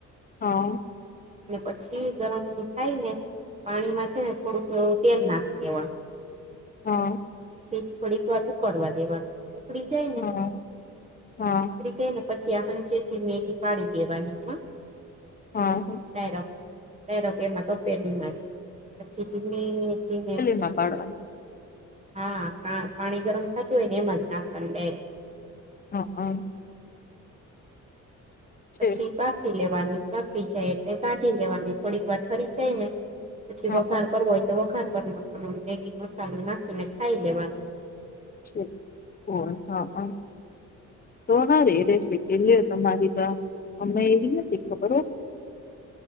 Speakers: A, on the left; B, on the right.
A: હા
B: પછી ગરમ થાય ને પાણીમાં છે ને થોડુંક તેલ નાખી દેવાનું
A: હા
B: પછી થોડીક વાર ઉકળવા દેવાનું ઉકડી જાય ને
A: હા
B: ઉકડી
A: હા
B: જાય ને પછી આ સંચેથી મેગી પાડી દેવાની હ
A: હ
B: <unintelligible>
A: મા પાડવાની
B: હા પાણી ગરમ થતું હોય ને એમાં જ નાખવાની ડા યરેક
A: હા હા છે
B: પછી બાફી લેવાની બાફી જાય એટલે કાઢી લેવાની થોડીક વાર ઠરી જાય ને પછી
A: હા
B: વઘાર
A: અ
B: કરવો હોય તો વઘાર મેગી મસાલો નાખીને ખાઈ લેવાનું
A: છે ઓ હા હ <unintelligible>